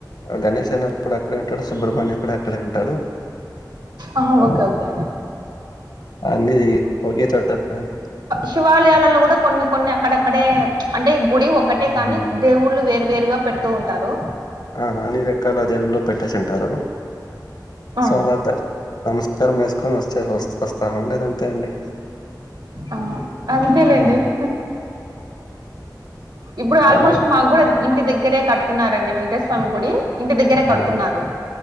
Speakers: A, on the left (about 65°); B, on the right (about 70°).
A: గణేష్ అనె అప్పుడ్ అక్కడే ఉంటాడు సుబ్రహ్మణ్యం కూడా క్కడే ఉంటాడు
B: ఆహా!
A: ఆ
B: ఓకే. ఓకే అండి.
A: అన్నిది ఒకే చోట నన్
B: శివాలయాలల్లో కూడా కొన్ని కొన్ని అక్కడక్కడే అంటే గుడి ఒక్కటే
A: హ్మ్.
B: కానీ దేవుళ్ళు వేరు వేరుగా పెడుతూ ఉంటారు
A: అహ్ అన్ని రెక్కాల దేవుల్లో పెట్టేస్ ఉంటారు
B: ఆ,
A: సో అలా దర్ నమస్కారం ఏసుకొని ఒస్తే ఒస్ ఒస్తా ఉండేద్ అంతే అండి
B: ఆహ అంతే లేండి
A: హ్మ్.
B: హ్ ఇబ్బుడు ఆల్మోస్ట్
A: అలా
B: మాగ్గూడా ఇంటి దగ్గరే కట్ కున్నారండి వెంకటేశ్ స్వామి గుడి ఇంటి దగ్గరే కడుతున్నారు
A: ఆ!